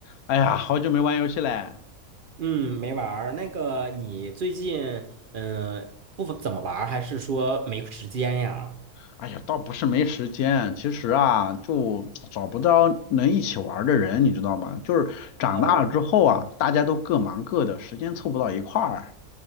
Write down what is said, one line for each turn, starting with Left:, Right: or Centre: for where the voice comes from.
Left: 哎呀，好久没玩游戏嘞。
Right: 嗯，没玩儿。那个，你最近嗯、呃不怎么玩儿，还是说没时间呀？
Left: 哎呀，倒不是没时间，其实啊，就找不到能一起玩儿的人，你知道吗？就是长大了之后啊，
Right: 哦，
Left: 大家都各忙各的，时间凑不到一块儿